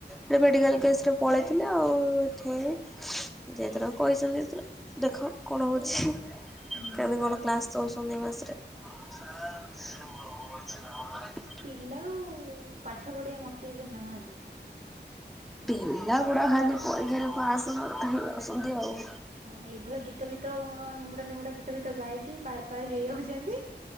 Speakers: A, in the centre; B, on the right.
A: ତ୍ ମେଡିକାଲ କେସରେ ପଳେଇଥିଲେ ଆଉ ଏଥି ଯେ ଏଥର କହିଛନ୍ତି ସେ ଦେଖ କଣ ହେଉଛି
B: ହୁଁ
A: କେମିତି କଣ କ୍ଲାସ୍ ଦଉଛନ୍ତି ଏ ମାସରେ <inaudible>
B: ପିଲା ଆଉ ପାଠ ପଢିବା ମୋଟିଭରେ ନାହାନ୍ତି।
A: ପିଲାଗୁଡା ଖାଲି ପରୀକ୍ଷାରେ ପାସ କରୁଥାଇ ବସନ୍ତି ଆଉ।
B: ହ ଏଇଭଳିଆ ଗୀତ ବି ଗୀତ କଣ ନିମ୍ବୁଡା ନିବୁଡା ଗୀତ ଭୀତ ଗାଇକି ପାର ପାର ହେଇଯାଉଛନ୍ତି